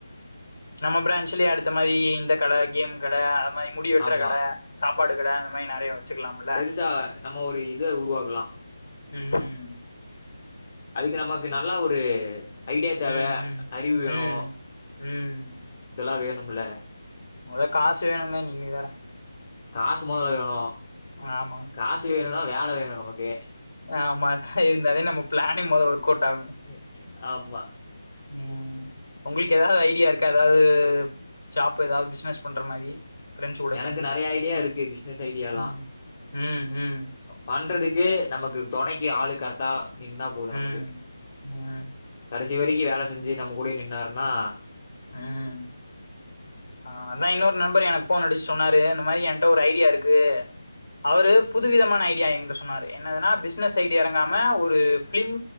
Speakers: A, on the left; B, on the left.
A: நம்ம பிரான்ச்சலயே அடுத்த மாரி இந்த கட கேம் கட அது மாரி முடி வெட்ற
B: ஆமா.
A: கட சாப்பாடு கட அந்த மாரி நெறைய வச்சுக்கலாம்ல
B: பெருசா நம்ம ஒரு இத உருவாக்கலா
A: ம் ம்
B: அதுக்கு நமக்கு நல்லா ஒரு ஐடியா தேவ
A: ம் ம்
B: அறிவு வேனு
A: ம் ம்
B: இதெல்லா வேணுமுல்ல
A: மொத காசு வேணுங்க நீங்க வேற
B: காசு மொதல்ல வேணு
A: ஆமா
B: காசு வேணுனா வேல வேணு நமக்கு
A: ஆமா இருந்தாலே நம்ம ப்ளனிங் மொத ஒர்க் அவுட் ஆகு
B: <unintelligible> ஆமா
A: ம் உங்களுக்கு ஏதாவது ஐடியா இருக்கு ஏதாவது ஜாப் ஏதாவது பிசினஸ் பண்ற மாரி ஃப்ரெண்ட்ஸ் கூட
B: எனக்கு
A: சேந்து
B: நெறைய ஐடியா இருக்கு பிஸ்னஸ் ஐடியால்லா
A: ம் ம் ம்
B: பண்றதுக்கு நமக்கு தொணைக்கு ஆளு கரெக்டா நின்னா போது நமக்கு
A: ம் ம்
B: கடைசி வரைக்கி வேல செஞ்சி நம்ம கூடயே நின்னாருன்னா
A: ம் ஆ அதா இன்னொரு நண்பர் எனக்கு போன் அடிச்சு சொன்னாரு இந்த மாரி என்ட்ட ஒரு ஐடியா இருக்கு அவரு புதுவிதமான ஐடியா என்கிட்ட சொன்னாரு என்னதுன்னா பிஸ்னஸ் ஐடி எறங்காம ஒரு ஃபிலிம்